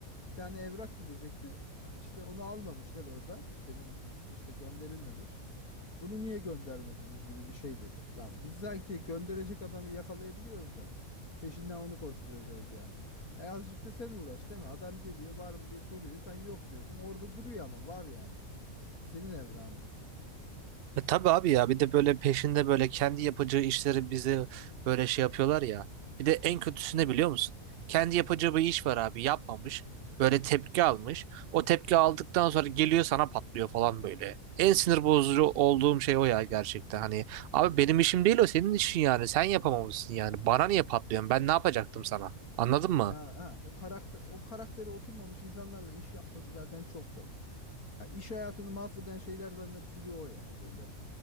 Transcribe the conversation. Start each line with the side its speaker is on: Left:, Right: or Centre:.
Left: Bir tane evrak gidecekti işte onu almamışlar oradan benim işte gönderilmemiş. Bunu niye göndermediniz gibi bir şey dedi. Lan biz sanki gönderecek adamı yakalayabiliyoruz da peşinden onu koşturacağız ya. E azıcık da sen uğraş değil mi? Adam geliyor var mı diye soruyor. Sen yok diyorsun. Orada duruyor ama var yani. Senin evren bu.
Right: E tabii abi ya bir de böyle peşinde böyle kendi yapacağı işleri bize böyle şey yapıyorlar ya. Bir de en kötüsü ne biliyor musun? Kendi yapacağı bir iş var abi yapmamış. Böyle tepki almış. O tepki aldıktan sonra geliyor sana patlıyor falan böyle. En sinir bozucu olduğum şey o ya gerçekten. Hani abi benim işim değil o senin işin yani. Sen yapamamışsın yani. Bana niye patlıyorsun? Ben ne yapacaktım sana? Anladın mı?
Left: Ya ha, o karakter o karaktere oturmamış insanlarla iş yapması zaten çok zor. Ya iş hayatını mahveden şeylerden de biri o ya böyle.